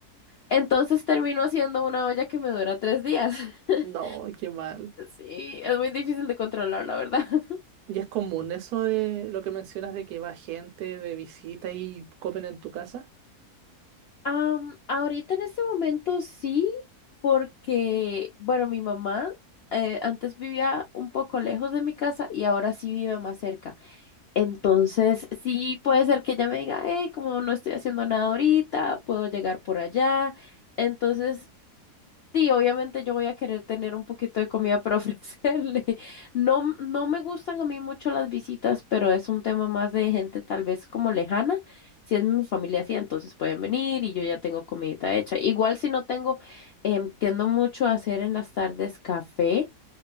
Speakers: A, on the left; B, on the right.
A: entonces termino haciendo una olla que me dura tres días. <laughs>
B: No, qué mal.
A: Sí, es muy difícil de controlar, la verdad. <laughs>
B: ¿Y es común eso de lo que mencionas de que va gente de visita y comen en tu casa?
A: Am, ahorita en este momento sí, porque, bueno, mi mamá eh, antes vivía un poco lejos de mi casa y ahora sí vive más cerca. Entonces, sí puede ser que ella me diga, hey, como no estoy haciendo nada ahorita, puedo llegar por allá. Entonces, sí, obviamente yo voy a querer tener un poquito de comida para <laughs> ofrecerle. No, m- no me gustan a mí mucho las visitas, pero es un tema más de gente tal vez como lejana. Si es mi familia así, entonces pueden venir y yo ya tengo comidita hecha. Igual si no tengo, em, tiendo mucho a hacer en las tardes café